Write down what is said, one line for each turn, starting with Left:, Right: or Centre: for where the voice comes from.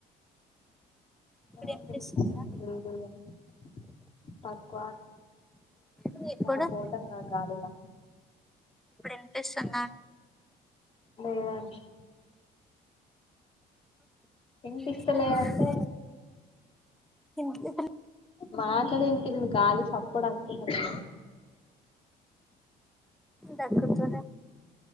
Left: నాకు
Centre: వినిపిస్తుందా
Left: <unintelligible> తక్కువ
Centre: వినిపిస్తుందా
Left: మనం పోతాం క గాలీలా
Centre: వినిపిస్తుందా
Left: లేదని వినిపిస్తలేదు
Centre: ఇప్పుడు
Left: అంటే
Centre: ఇప్పుడు వినిపిస్తుందా
Left: మాట్లాడేది వినిపియా గాలి సప్పుడు అంటున్నా నేను
Centre: దగ్గుతూ